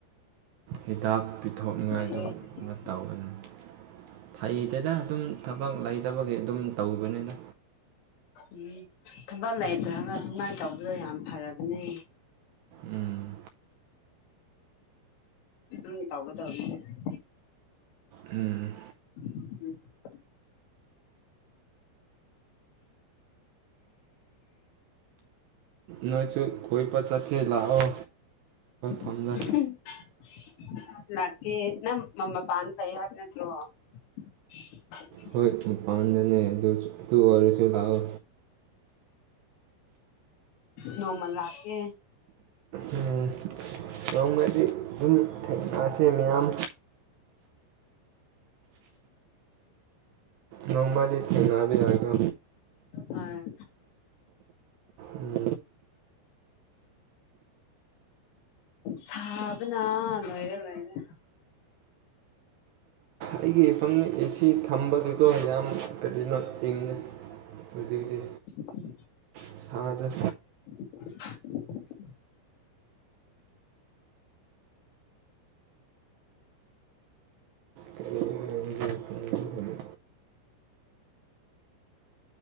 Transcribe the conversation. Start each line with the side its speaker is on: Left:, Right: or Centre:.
Right: <inaudible> ꯍꯤꯗꯥꯛ ꯄꯤꯊꯣꯛꯅꯤꯡꯉꯥꯏꯗꯨ
Left: ꯐꯩꯌꯦ ꯐꯩꯌꯦ
Right: ꯇꯧꯕꯅꯤ ꯐꯩꯗꯗ ꯑꯗꯨꯝ ꯊꯕꯛ ꯂꯩꯇꯕꯒꯤ ꯑꯗꯨꯝ ꯇꯧꯕꯅꯤꯅ
Left: ꯎꯝ ꯊꯕꯛ ꯂꯩꯇ꯭ꯔꯕ ꯑꯗꯨꯃꯥꯏꯅ ꯇꯧꯕꯗꯣ ꯌꯥꯝ ꯐꯔꯕꯅꯦ
Right: ꯎꯝ
Left: ꯎꯝ ꯇꯧꯒꯗꯧꯅꯦ
Right: ꯎꯝ
Left: <inaudible>
Right: ꯅꯣꯏꯁꯨ ꯈꯣꯏꯄ ꯆꯠꯁꯦ ꯂꯥꯛꯑꯣ ꯐꯝꯗ
Left: <unintelligible> ꯂꯥꯛꯀꯦ ꯅꯪ ꯃꯃꯄꯥꯟꯗ ꯂꯩ ꯍꯥꯏꯕ ꯅꯠꯇ꯭ꯔꯣ <inaudible>
Right: ꯍꯣꯏ ꯃꯄꯥꯟꯗꯅꯦ ꯑꯗꯨ ꯑꯗꯨ ꯑꯣꯏꯔꯁꯨ ꯂꯥꯛꯎ
Left: ꯅꯣꯡꯃ ꯂꯥꯛꯀꯦ
Right: ꯎꯝ ꯅꯣꯡꯃꯗꯤ <inaudible> ꯃꯌꯥꯝ ꯅꯣꯡꯃꯗꯤ ꯊꯦꯡꯅꯕ ꯌꯥꯏꯀꯣ
Left: ꯑ
Right: ꯎꯝ
Left: ꯁꯥꯕꯅ ꯂꯣꯏꯔꯦ ꯂꯣꯏꯔꯦ
Right: ꯑꯩꯒꯤ ꯏꯐꯝꯗ ꯑꯦꯁꯤ ꯊꯝꯕꯒꯤꯀꯣ ꯌꯥꯝ ꯀꯔꯤꯅꯣ ꯏꯪꯉꯦ ꯍꯧꯖꯤꯛꯗꯤ
Left: ꯎꯝ
Right: ꯁꯥꯗ꯭ꯔꯦ
Left: <inaudible>
Right: ꯀꯔꯤ ꯍꯥꯏꯒꯗ꯭ꯔꯥ ꯈꯪꯗꯦ